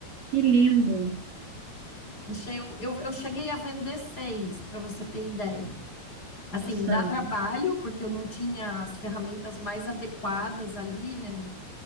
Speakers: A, on the right (about 55°); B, on the left (about 20°).
A: Que lindo.
B: Enchei- Eu, eu, eu cheguei a vender seis, para você ter ideia. Assim,
A: Nossa.
B: dá trabalho, porque eu não tinha as ferramentas mais adequadas ali, né? não-